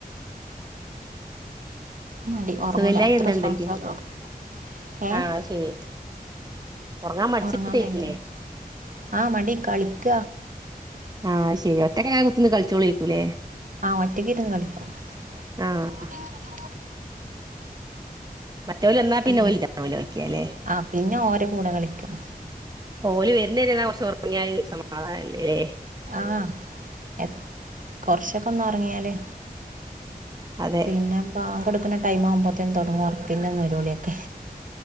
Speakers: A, on the right; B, on the right.
A: മടി ഒറങ്ങൂല
B: സുഖല്ലായി
A: എത്ര
B: എന്താ
A: ശ്രമിച്ചാലും
B: ഉണ്ടോയ്ക്കാ
A: ഏഹ്
B: ആ അത് ശരി ഉറങ്ങാൻ മടിച്ചിട്ടേക്കൂലേ
A: ഒറങ്ങാൻ ഭയങ്കരം ആഹ് മടി കളിക്ക
B: ആഹ് ശരി ഒറ്റക്ക ങ്ങനെ കുത്ത്ർന്ന് കളിച്ചോളെക്കൂല്ലേ
A: ആഹ് ഒറ്റക്ക് ഇരുന്ന് കളിക്കും
B: ആഹ്
A: <unintelligible>
B: മറ്റേ ല എന്നാ പിന്നെല
A: പിന്നെ
B: കളിക്കിയാലേ
A: ആഹ് പിന്നെ ഓരെ കൂടെ കളിക്കും
B: ഓല് വരുന്ന വരെ എന്നാ കുറച്ച് ഉറങ്ങിയാൽ സമാധാനംല്ലേ
A: ആഹ് എ കൊറച്ചൊക്കെ ഒന്നും ഒറങ്ങിയല്
B: അതെ
A: പിന്നെ ബാ കൊടുക്കുന്ന ടൈം ആവുമ്പോത്തേനും തുടങ്ങും വർക്കിന്റെ നില്ല വിളിയൊക്കെ